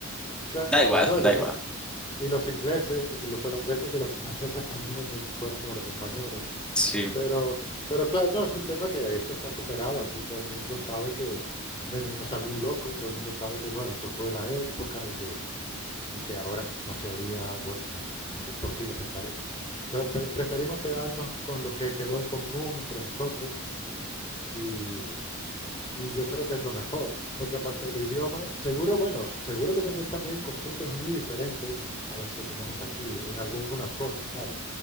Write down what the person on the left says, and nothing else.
claro.
No,
y los,
in- y los ingleses, y los holandeses y los franceses también y fueron como los españoles.
Pero, pero claro, no, es un tema que eso está superado. Aquí todo el mundo sabe que, menos algún loco, todo el mundo sabe que, bueno, eso fue la época y que, y que ahora no se haría, bueno, eh, sería imposible pensar eso. Entonces, pre- preferimos quedarnos con lo que quedó en común entre nosotros y, y yo creo que es lo mejor, porque aparte del idioma, seguro, bueno, seguro que tenéis también costumbres muy diferentes a las que tenemos aquí, en algunas cosas, claro,